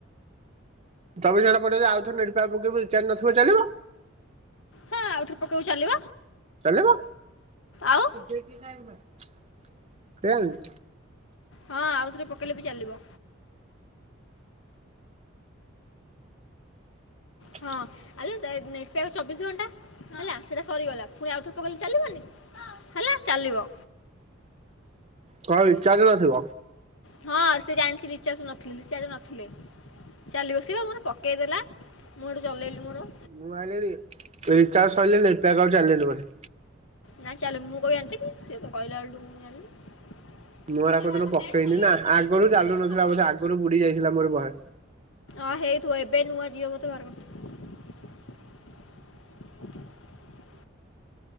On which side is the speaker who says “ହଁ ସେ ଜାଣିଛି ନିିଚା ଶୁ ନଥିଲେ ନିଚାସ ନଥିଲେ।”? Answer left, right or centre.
Left